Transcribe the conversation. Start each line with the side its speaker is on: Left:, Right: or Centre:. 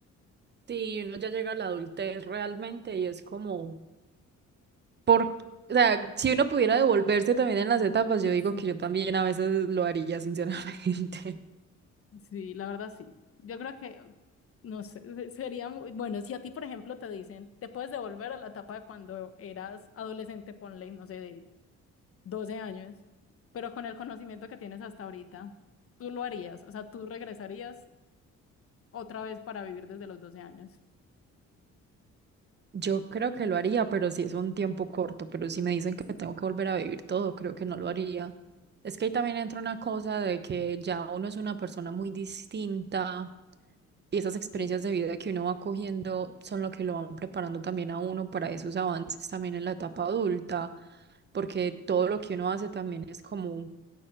Right: Sí, uno ya llega a la adultez realmente y es como, por, o sea, si uno pudiera devolverse también en las etapas, yo
Left: <laughs>
Right: digo
Left: Sí.
Right: que yo también a veces lo haría, sinceramente.
Left: Sí, la verdad sí. Yo creo que, no sé, se- sería muy, bueno, si a ti, por ejemplo, te dicen, te puedes devolver a la etapa de cuando eras adolescente, ponle, no sé, de 12 años, pero con el conocimiento que tienes hasta ahorita, tú lo harías, o sea, tú regresarías otra vez para vivir desde los doce años.
Right: Yo creo que lo haría, pero si es un tiempo corto, pero si me dicen que tengo que volver a vivir todo, creo que no lo haría. Es que ahí también entra una cosa de que ya uno es una persona muy distinta y esas experiencias
Left: <laughs> Sí.
Right: de vida que uno va cogiendo son lo que lo van preparando también a uno para esos avances también en la etapa adulta, porque todo lo que uno hace también es como